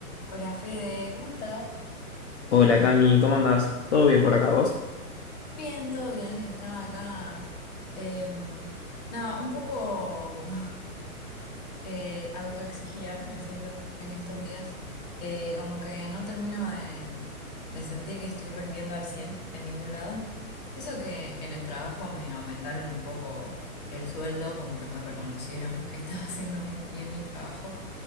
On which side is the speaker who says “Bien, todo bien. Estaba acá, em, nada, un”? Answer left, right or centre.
Left